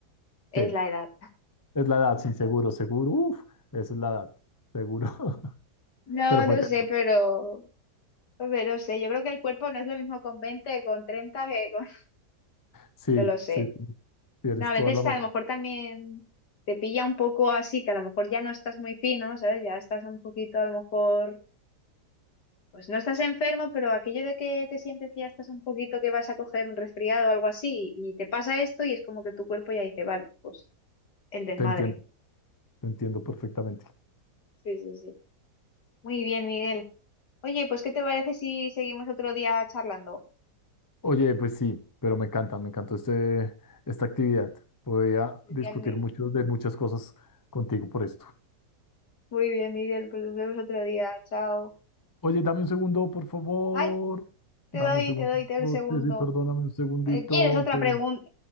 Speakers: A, on the left; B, on the left.
A: Es
B: ¿Qué?
A: la edad. <laughs>
B: Es la edad, sí, seguro, seguro, uff, eso es la edad, seguro. <laughs>
A: No,
B: Pero fue,
A: no
B: terrible.
A: sé, pero Hombre, no sé, yo creo que el cuerpo no es lo mismo con 20 con 30 que con... <laughs>
B: sí,
A: No lo sé.
B: sí, tienes
A: No, a veces
B: toda la razón,
A: a lo mejor también te pilla un poco así, que a lo mejor ya no estás muy fino, ¿sabes? Ya estás un poquito a lo mejor... Pues no estás enfermo, pero aquello de que te sientes que ya estás un poquito que vas a coger un resfriado o algo así, y te pasa esto y es como que tu cuerpo ya dice, vale, pues el desmadre.
B: te entiendo, te entiendo perfectamente.
A: Sí, sí, sí. Muy bien, Miguel. Oye, pues ¿qué te parece si seguimos otro día charlando?
B: Oye, pues sí, pero me encanta, me encantó este, esta actividad. Podría
A: Genial,
B: discutir
A: Mi-
B: muchos de muchas cosas contigo por esto.
A: muy bien, Miguel. Pues nos vemos otro día. Chao.
B: Oye, dame un segundo, por favor.
A: Ay. Te
B: Dame
A: doy,
B: un segundo.
A: te doy, te doy
B: No,
A: el segundo.
B: Sí, sí, perdóname un segundito.
A: Eh, ¿Quieres otra
B: que-
A: pregunta?